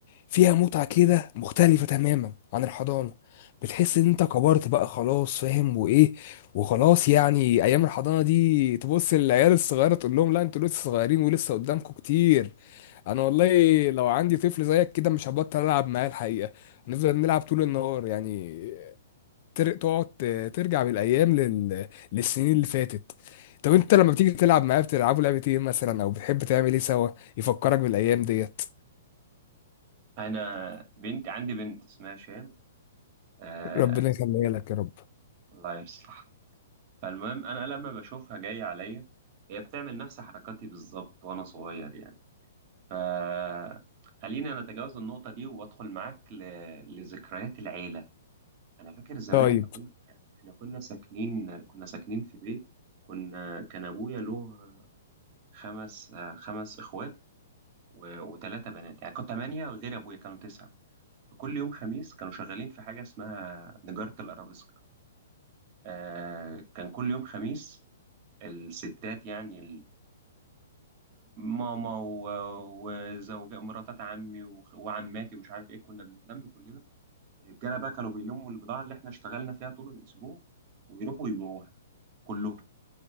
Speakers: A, on the left (about 40°); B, on the right (about 30°).
A: فيها متعه كده مختلفه تماما عن الحضانه بتحس ان انت كبرت بقى خلاص فاهم وايه وخلاص يعني ايام الحضانه دي تبص للعيال الصغيره تقول لهم لا انتوا لسه صغيرين ولسه قدامكم كتير انا والله لو عندي طفل زيك كده مش هبطل العب معاه الحقيقه هنفضل نلعب طول النهار يعني تر- تقعد ت- ترجع بالايام لل... للسنين اللي فاتت طب انت لما بتيجي تلعب معاه بتلعبوا لعبة ايه مثلا او بتحب تعمل ايه سوا يفكرك بالايام ديت
B: أنا بنت عندي بنت اسمها شام آه
A: ربنا يخليها لك يا رب
B: الله يصلحها فالمهم انا لما بشوفها جايه عليا هي بتعمل نفس حركاتي بالظبط وانا صغير يعني ف خليني انا اتجاوز النقطه دي وادخل معاك ل... لذكريات العيله انا فاكر زمان
A: طيب
B: احنا كنا احنا كنا ساكنين كنا ساكنين في بيت كنا كان ابويا له خمس خمس اخوات و... وثلاثه بنات يعني كنت ثمانيه غير ابويا كانوا تسعه فكل يوم خميس كانوا شغالين في حاجة اسمها نجارة الأرابيسك آه كان كل يوم خميس الستات يعني ماما و- وزوجة مراتات عمي وخ- وعماتي ومش عارف ايه كنا بنتلم كلنا الرجاله بقى كانوا بيلموا البضاعه اللي احنا اشتغلنا فيها طول الاسبوع ويروحوا يبيعوها كلهم